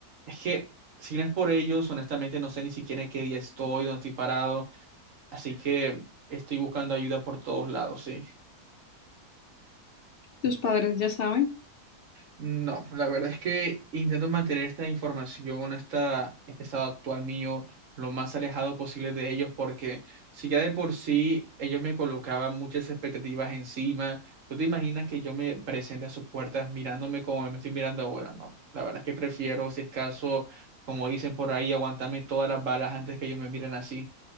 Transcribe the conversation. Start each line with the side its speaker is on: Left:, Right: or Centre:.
Right: Es que si no es por ellos, honestamente no sé ni siquiera en qué día estoy, dónde estoy parado, así que estoy buscando ayuda por todos lados, sí.
Left: ¿Tus padres ya saben?
Right: No, la verdad es que intento mantener esta información, esta, este estado actual mío, lo más alejado posible de ellos, porque si ya de por sí ellos me colocaban muchas expectativas encima, ¿tú te imaginas que yo me presente a sus puertas mirándome como me estoy mirando ahora? No, la verdad es que prefiero, si es caso, como dicen por ahí, aguantarme todas las balas antes que ellos me miren así.